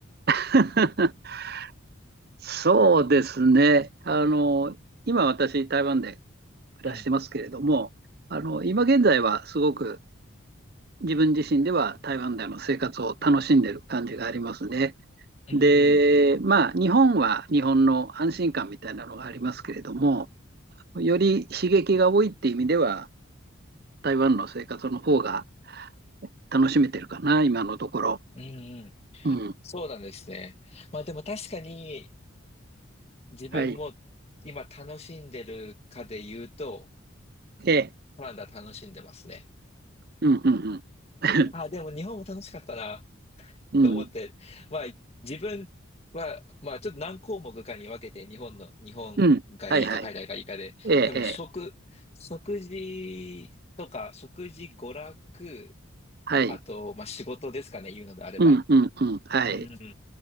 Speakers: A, on the right; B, on the left.
A: <laughs> そうですね。あの、今私、台湾で暮らしてますけれども、
B: うん。
A: あの、今現在はすごく自分自身では台湾での生活を楽しんでる感じがありますね。
B: うん。
A: で、まあ、日本は日本の安心感みたいなのがありますけれども、より刺激が多いって意味では、台湾の生活の方が楽しめてるかな、今のところ。
B: うん。
A: うん。
B: そうなんですね。まあでも確かに自分も今楽しんでるかで言うと、
A: はい。ええ。
B: カナダ楽しんでますね。
A: うん、うん、うん。<laughs>
B: あ、でも日本も楽しかったな。
A: うん、
B: と思って、まあ、自分は、まあ、ちょっと何項目かに分けて、日本の、日本がいいか海外がいいかで、
A: うん。はいはい。ええ、
B: 多分食、
A: ええ。
B: 食事とか、食事、娯楽、
A: はい。
B: あと、まあ、仕事ですかね、言うのであれば。
A: うん、うん、うん。はい。
B: うんうんう